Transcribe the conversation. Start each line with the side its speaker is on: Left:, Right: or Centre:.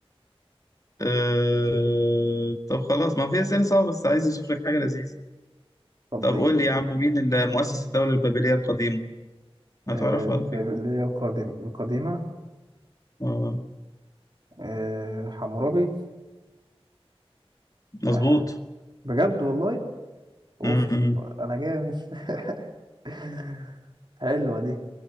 Left: أه... طب خلاص ما في أسئلة صعبة بس عايز أشوف لك حاجة لذيذة
Right: طب
Left: طب
Right: ايه
Left: قول
Right: ما
Left: لي
Right: تقول
Left: يا عم مين اللي مؤسس الدولة البابلية القديمة هتعرفها
Right: آه،
Left: على فكرة
Right: اللي هي القديم القديمة
Left: آه،
Right: آه، حمورابي
Left: مظبوط
Right: آه، بجد والله اوف
Left: م-م.
Right: انا جامد <laughs> حلوة دي